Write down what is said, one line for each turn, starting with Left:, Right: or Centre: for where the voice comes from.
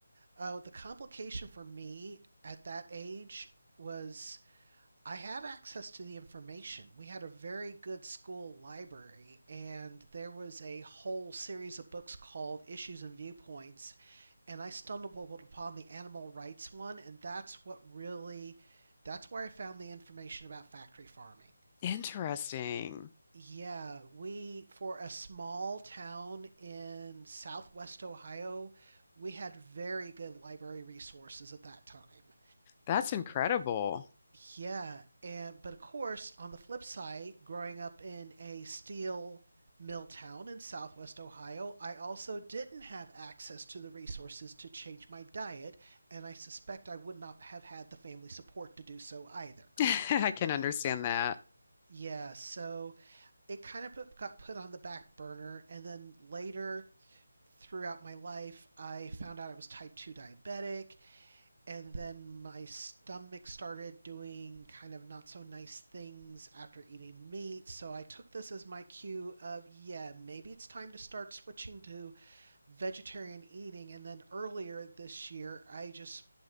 Right: Oh, the complication for me at that age was I had access to the information. We had a very good school library, and there was a whole series of books called Issues and Viewpoints. And I stumbled upon the animal rights one, and that's what really, that's where I found the information about factory farming.
Left: Interesting.
Right: Yeah, we, for a small town in southwest Ohio, we had very good library resources at that time.
Left: That's incredible.
Right: Yeah, and but of course, on the flip side, growing up in a steel mill town in southwest Ohio, I also didn't have access to the resources to change my diet, and I suspect I would not have had the family support to do so either.
Left: <laughs> I can understand that.
Right: Yeah, so it kind of put, got put on the back burner, and then later throughout my life, I found out I was type 2 diabetic, and then my stomach started doing kind of not so nice things after eating meat. So I took this as my cue of, yeah, maybe it's time to start switching to vegetarian eating. And then earlier this year, I just